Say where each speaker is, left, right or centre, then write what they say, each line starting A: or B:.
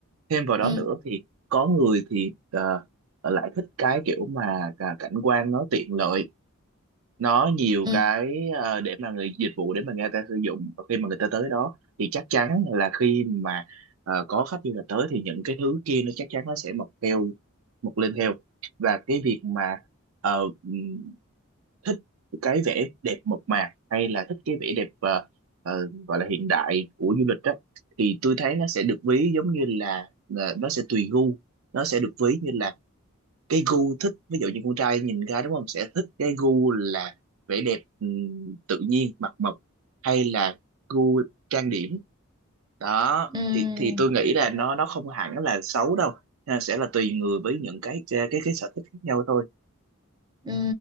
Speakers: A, on the right (about 70°); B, on the right (about 20°).
A: thêm vào đó
B: ừ.
A: nữa thì có người thì ờ, lại thích cái kiểu mà cả- cảnh quan nó tiện lợi nó nhiều
B: Ừ,
A: cái ờ, để mà người dịch vụ để mà người ta sử dụng và khi mà người ta tới đó thì chắc chắn là khi mà ờ, có khách du lịch tới thì những cái thứ kia nó chắc chắn nó sẽ mọc theo mọc lên theo và cái việc mà ờ, ừm, thích cái vẻ đẹp mộc mạc hay là thích cái vẻ đẹp ờ, ờ, gọi là hiện đại của du lịch đó thì tôi thấy nó sẽ được ví giống như là là nó sẽ tùy gu nó sẽ được ví như là cái gu thích ví dụ như con trai nhìn ra đúng không sẽ thích cái gu là vẻ đẹp ừm, tự nhiên mặt mộc hay là gu trang điểm đó
B: ừ,
A: thì thì tôi nghĩ là nó nó không hẳn là xấu đâu Nó sẽ là tùy người với những cái cái cái, cái sở thích khác nhau thôi
B: ừ.